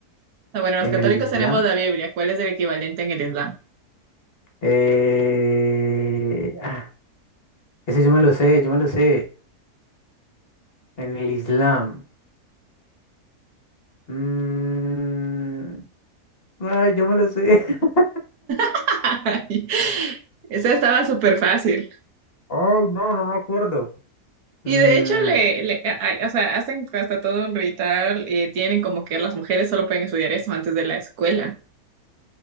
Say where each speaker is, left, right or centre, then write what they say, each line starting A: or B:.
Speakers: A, on the right; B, on the left.
A: Ah, bueno, los
B: en
A: católicos
B: el Islam.
A: tenemos la Biblia. ¿Cuál es el equivalente en el Islam?
B: eh, ah, ese yo me lo sé, yo me lo sé. En el Islam. mm, ay, yo me lo sé. <laughs>
A: <laughs> Esa estaba súper fácil.
B: Ay, no, no me acuerdo.
A: Y
B: Mm,
A: de hecho, le, le- a- a- o sea, hacen hasta todo un ritual y tienen como que las mujeres solo pueden estudiar eso antes de la escuela.